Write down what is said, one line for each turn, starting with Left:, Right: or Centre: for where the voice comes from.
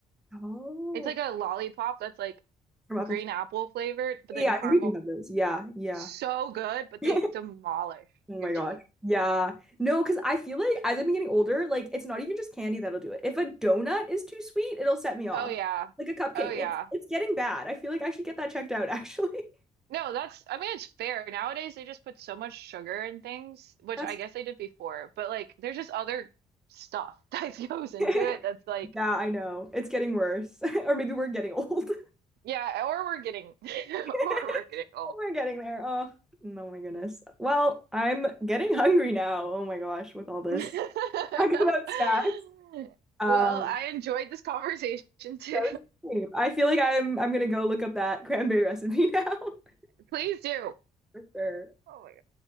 Centre: Oh,
Right: It's like a lollipop that's like
Centre: From Apple.
Right: green apple flavored, but
Centre: Yeah,
Right: then caramel.
Centre: I think we do have those. Yeah, yeah.
Right: So good, but
Centre: <laughs>
Right: they demolish
Centre: Oh
Right: your
Centre: my gosh.
Right: teeth.
Centre: Yeah. No, because I feel like as I've been getting older, like it's not even just candy that'll do it. If a donut is too sweet, it'll set me off.
Right: Oh yeah.
Centre: Like a cupcake.
Right: Oh yeah.
Centre: It's it's getting bad. I feel like I should get that checked out actually.
Right: No, that's, I mean, it's fair. Nowadays, they just put so much sugar in things,
Centre: <laughs>
Right: which
Centre: That's
Right: I guess they did before, but like, there's just other stuff <laughs> that goes into
Centre: <laughs>
Right: it that's like,
Centre: Yeah, I know. It's getting worse. <laughs> Or maybe we're getting old.
Right: yeah, or we're getting, <laughs>
Centre: <laughs>
Right: or we're getting old.
Centre: We're getting there. Oh, no, my goodness. Well, I'm getting hungry now. Oh my gosh, with all this
Right: <laughs>
Centre: <laughs> talk about snacks. Um,
Right: Well, I enjoyed this conversation too.
Centre: that was cute. I feel like I'm I'm gonna go look up that <laughs> cranberry recipe now. <laughs>
Right: <laughs> Please do.
Centre: For sure.
Right: Oh my